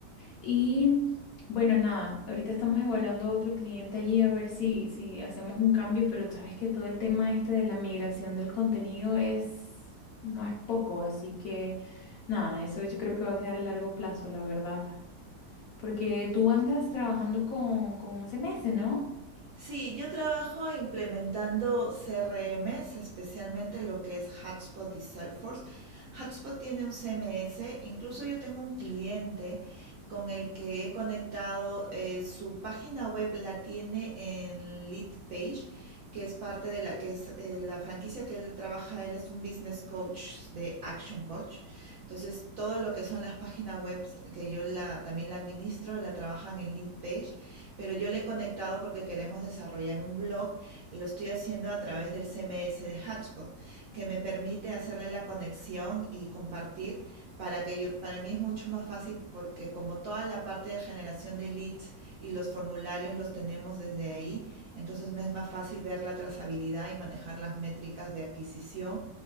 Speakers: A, on the left; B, on the right.
A: Y bueno, nada, ahorita estamos evaluando otro cliente allí a ver si, si hacemos un cambio, pero sabes que todo el tema este de la migración del contenido es, no es poco, así que nada, eso yo creo que va a quedar a largo plazo, la verdad. Porque tú andas trabajando con, con 11 meses, ¿no?
B: Sí, yo trabajo implementando CRMs, especialmente lo que es Hotspot y Salesforce. Hotspot tiene un CMS, incluso yo tengo un cliente con el que he conectado, eh, su página web la tiene en Lead Page, que es parte de la que es, eh, la franquicia que él trabaja, él es un business coach de Action Coach. Entonces, todo lo que son las páginas web que yo la, también la administro, la trabajan en Lead Page pero yo le he conectado porque queremos desarrollar un blog. Lo estoy haciendo a través del CMS de Hotspot, que me permite hacerle la conexión y compartir para que yo, para mí es mucho más fácil porque como toda la parte de generación de leads y los formularios los tenemos desde ahí, entonces me es más fácil ver la trazabilidad y manejar las métricas de adquisición